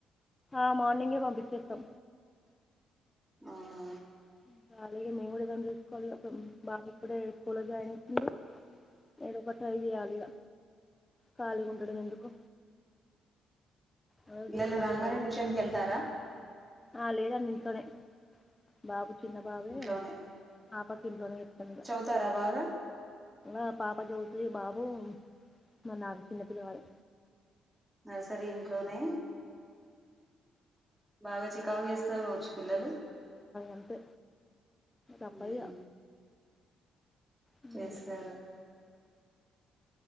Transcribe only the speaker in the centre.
అవునా
పిల్లలు
రాంగనే
ట్యూషన్ కెళ్తారా
ఇంట్లోనే
చదువుతారా బాగా
నర్సరీ ఇంట్లోనే బాగా చికాకు చేస్తరు కావచ్చు. పిల్లలు
మ్
చేస్తారా